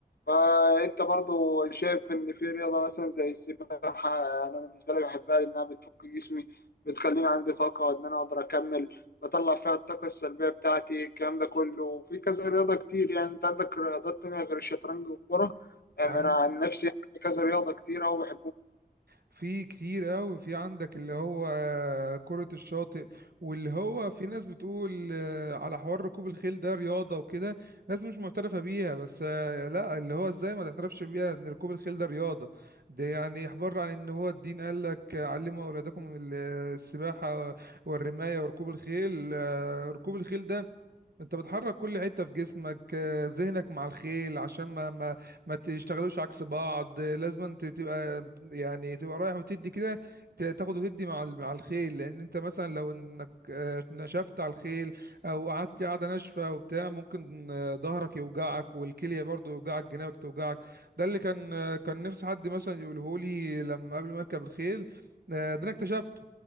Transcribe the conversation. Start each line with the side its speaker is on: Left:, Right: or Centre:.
Left: فانت برضو شايف ان في رياضه مثلا زي السباحه انا بالنسبه لي بحبها لانها بتفك جسمي بتخليني عندي طاقه ان انا اقدر اكمل بطلع فيها الطاقه السلبيه بتاعتي الكلام ده كله في كذا رياضه كتير يعني انت عندك رياضات تانية غير الشطرنج والكوره يعني
Right: عن
Left: انا عن نفسي عندي كذا رياضه كتير أوي
Right: في كتير قوي في عندك اللي هو آه، كرة الشاطئ واللي هو في ناس بتقول آه، على حوار ركوب الخيل ده رياضة وكده ناس مش معترفة بيها بس آه، لا اللي هو ازاي ما تعترفش بيها ان ركوب الخيل ده رياضة ده يعني احبار عن ان هو الدين قال لك آه، علموا اولادكم ال- السباحة والرماية وركوب الخيل آه، ركوب الخيل ده انت بتحرك كل حتة في جسمك آه، ذهنك مع الخيل عشان ما ما ما تشتغلوش عكس بعض آه، لازم انت تبقى يعني تبقى رايح وتدي كده ت- تاخد وتدي مع ال- مع الخيل لان انت مثلا لو انك آه، نشفت على الخيل او قعدت قاعدة ناشفة وبتاع ممكن آه، ظهرك يوجعك والكلية برضو يوجعك جنابك توجعك ده اللي كان آه، كان نفسي حد مثلا يقوله لي لما قبل ما اركب الخيل آه، ده انا اكتشفته